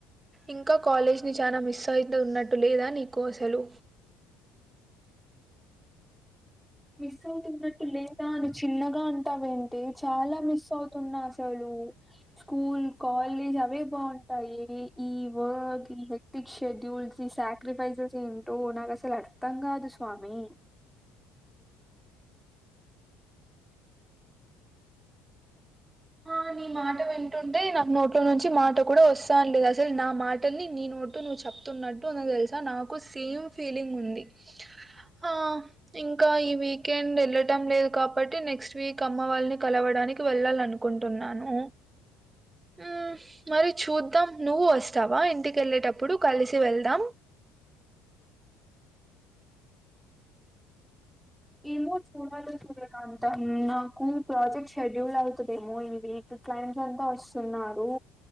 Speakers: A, on the right; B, in the centre.
A: ఇంకా కాలేజ్ ని చాలా మిస్ అయితు ఉన్నట్టు లేదా నీకు అసలు
B: మిస్ అవుతున్నట్టు లేదా అని చిన్నగా అన్ టవెన్ టె చాలా మిస్ అవుతున్నా చలుూ స్కూల్ కాలేజ్ అవే బాగుంటాయి ఈ వర్క్ ఈ వ్యక్తిక్ షెడ్యూల్స్ ఈ సాక్రిఫైసెస్ ఏంటో నాకు అసలు అర్థం కాదు స్వామి
A: ఆ నీ మాట వింటుంటే నా నోట్లో నుంచి మాట కూడా వస్తానలేదు అసలు నా మాటల్ని నీ నోటు నువ్వు చెప్తున్నట్టు అ తెలుసా నాకు సేమ్ ఫీలింగ్ ఉంది ఆ ఇంకా ఈ వీకెండ్ వెళ్ళటం లేదు కాబట్టి నెక్స్ట్ వీక్ అమ్మ వాళ్ళని కలవడానికి వెళ్ళాలినుకు కుంటున్నాను ఉమ్ మరి చూద్దాం నువ్వు వస్తావా ఇంటిక వెళ్ళేటప్పుడు కలిసి వెళ్దాం
B: ఏమో చూడాలి సూర్యకాంతం నాకు ప్రాజెక్ట్ షెడ్యూల్ అవుతు వేమో ఇ వక్ క్లైంట్ అంతా వస్తున్నారు